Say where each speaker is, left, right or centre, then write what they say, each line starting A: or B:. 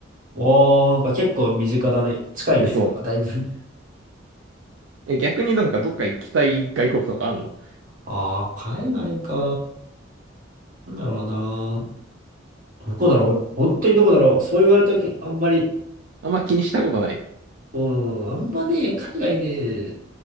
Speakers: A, on the right; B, on the right.
A: おー、なんか結構身近だね。近いね。
B: え、そ
A: なんかだいぶ。
B: う。え、逆になんかどっか行きたい外国とかあんの
A: あー、海外かなんだろうなどこだろう本当にどこだろうそう言われたとき、あんまり
B: あんま気にしたことない。
A: うん、あんまね、海外ね、